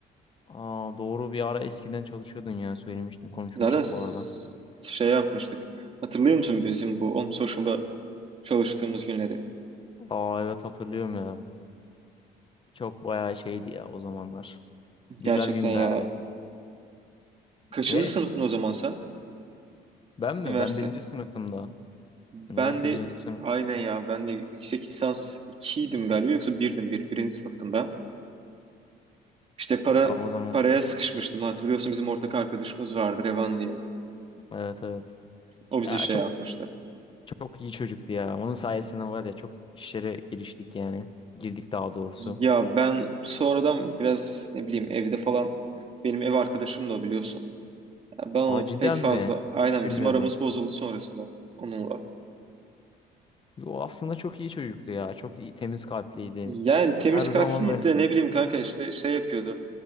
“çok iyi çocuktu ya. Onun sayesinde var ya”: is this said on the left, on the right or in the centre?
Left